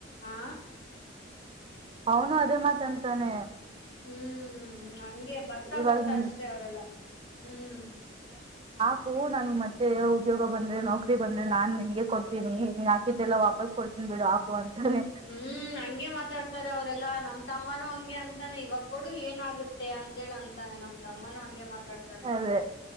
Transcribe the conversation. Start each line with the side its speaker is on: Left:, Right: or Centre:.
Left: ಆ
Right: ಅವನು ಅದೇ ಮಾತ ಅಂತಾನೆ
Left: ಹ್ಮ್ ಹಂಗೆ ಬರ್ತಾ
Right: ಇವಾಗ
Left: ಬರ್ತಾ
Right: ನೀನ್
Left: ಅಷ್ಟೇ ಅವರೆಲ್ಲ ಹ್ಮ್
Right: ಹ ನನ್ ಮತ್ತೆ ಉದ್ಯೋಗ ಬಂದ್ರೆ ನೌಕರಿ ಬಂದ್ರೆ ನಾನ್ ನನ್ಗೆ ಕೊತೀನಿ ನೀ ಹಾಕಿದ್ದೆಲ್ಲ ವಾಪಸ್ ಕೊಡ್ತೀನಿ ಬಿಡು ಹಾಕು ಅಂತಾನೆ
Left: ಹ್ಮ್ ಹಂಗೆ ಮಾತಾಡ್ತಾರೆ ಅವರೆಲ್ಲಾಮ್ಮ ತಮ್ಮನೂ ಹಂಗೆ ಅಂತಾನೆ ಇವಾಗ ಕೊಡು ಏನ ಆಗುತ್ತೆ ಅಂತೇಳಿ ಅಂತಾನೆ ನಮ್ ತಮ್ಮನು ಹಂಗೆ ಮತ್ತ ಮಾತಾಡ್ತಾನೆ
Right: ಅದೇ